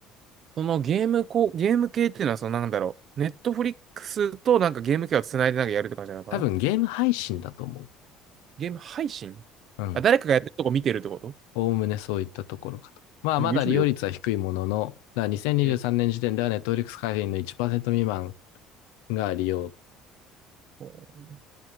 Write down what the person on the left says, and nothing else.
多分ゲーム配信だと思
う。うん。
おおむねそういったところかと。まあ、
まだ利用率は低いものの、
だ2023年時点では
Netflix 会員の1%未満が利用。